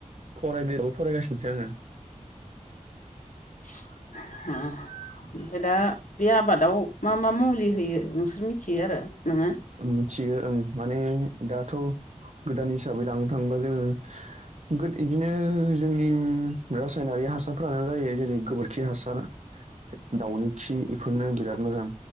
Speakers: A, on the right (about 60°); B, on the left (about 80°).
A: फरायदबो फरायगासिनोसै आङो।
B: <unintelligible> ओमफफ्राय दा बे आबादाव मा मा मुलि होयो नोंसोर मिथियो आरो नोङो?
A: मिथियो ओं माने दाथ' गोदान हिसाबै लांनो थाङोबा जोङो इदिनो जोंनि रासायनारि हासारफोरानो जायो जेरै गोबोरखि हासार दाउनि खि इफोरनो बिराद मोजां